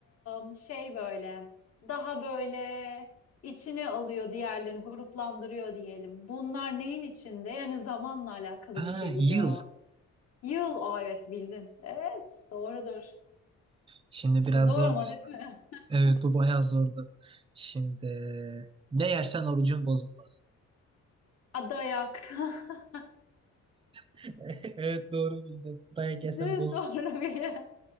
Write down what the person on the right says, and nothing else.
Ha,
yıl.
Şimdi biraz
zor
bir soru.
Evet bu bayağı zordu. Şimdi ne yersen orucun bozulmaz.
<laughs> Evet doğru bildin. Dayak yesen
bozulmaz.